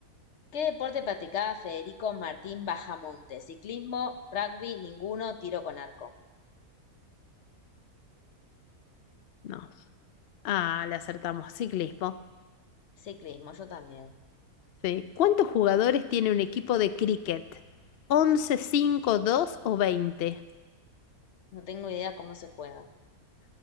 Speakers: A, on the left; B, on the left.
A: ¿Qué deporte practicaba Federico Martín Bajamonte? Ciclismo, rugby, ninguno, tiro con arco.
B: No. Ah, le acertamos. Ciclismo.
A: Ciclismo, yo también.
B: Sí. ¿Cuántos jugadores tiene un equipo de cricket? Once, 5, 2 o 20?
A: No tengo idea cómo se juega.